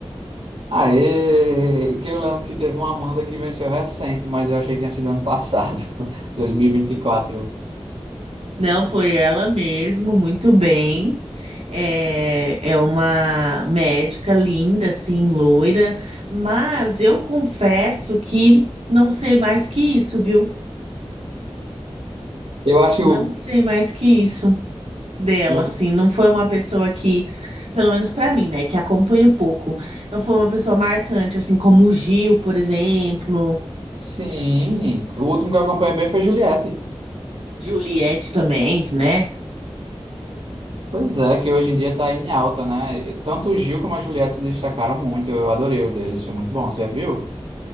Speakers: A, on the right; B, on the right.
A: Aê! Que eu lembro que teve uma Amanda que venceu recente, mas eu achei que tinha sido ano passado, <laughs> dois mil e e vinte e quatro
B: Não foi ela mesmo, muito bem. É, é uma médica linda, assim, loira, mas eu confesso que não sei mais que isso, viu?
A: Eu acho que
B: Não
A: o
B: sei mais que isso. dela,
A: último.
B: assim, não foi uma pessoa que, pelo menos pra mim, né, que acompanho pouco, não foi uma pessoa marcante, assim, como o Gil, por exemplo,
A: Sim, o último que eu acompanhei bem foi Juliette.
B: Juliette também, né,
A: Pois é, que hoje em dia tá em alta, né? Tanto o Gil como a Juliette se destacaram muito. Eu adorei o deles, foi muito bom. Você viu?